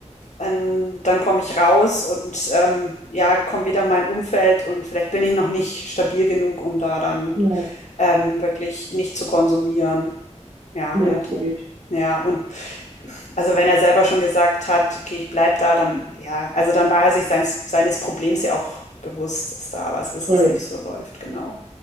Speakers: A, on the left; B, on the right.
A: ähm, dann komme ich raus und ähm, ja, komme wieder in mein Umfeld und vielleicht bin ich noch nicht stabil genug, um da dann
B: ja,
A: ähm, wirklich nicht zu konsumieren. Ja,
B: ja,
A: und
B: absolut.
A: ja, und also wenn er selber schon gesagt hat, okay, ich bleib da, dann ja, also dann war er sich seines, seines Problems ja auch bewusst, dass da was ist,
B: Voll.
A: was nicht so läuft, genau.